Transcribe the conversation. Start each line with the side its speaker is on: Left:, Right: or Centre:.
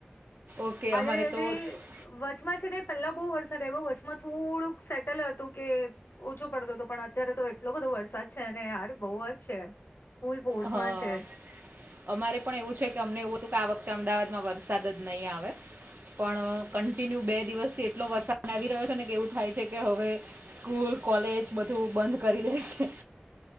Right: ઓકે
Left: આજે
Right: અમારે તો
Left: જે
Right: હ
Left: વચમાં છે ને પહેલા બહુ વરસાદ એવું વચમાં થોડુંક સેટલ હતું કે ઓછું પડતું હતું પણ અત્યારે તો એટલો બધો વરસાદ છે ને યાર બહુ જ છે. ફૂલ ફોર્સમાં
Right: હા.
Left: છે
Right: અમારે પણ એવું છે કે અમને એવું હતું કે આ વખતે અમદાવાદમાં વરસાદ જ નહીં આવે. પણ કન્ટિન્યુ બે દિવસથી એટલો વરસાદ આવી રહ્યો છે ને કેવું થાય છે કે હવે સ્કૂલ કોલેજ બધું બંધ કરી દેશે.